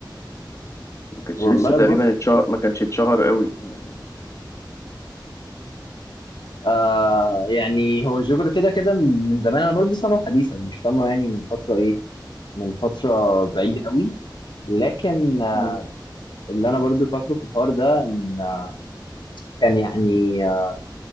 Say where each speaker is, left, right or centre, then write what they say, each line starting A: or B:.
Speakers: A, on the left; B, on the left.
A: ما كانش
B: والله
A: لسه تقريبا
B: بص
A: اتشهر ما كانش اتشهر قوي يعني
B: آه يعني هو الجوكر كده كده من من زمان انا برضه سامعه حديثا مش سامعه يعني من فتره ايه من فتره بعيده قوي لكن آه،
A: مم.
B: اللي انا برضو فاكره في الحوار ده ان آه، كان يعني آه،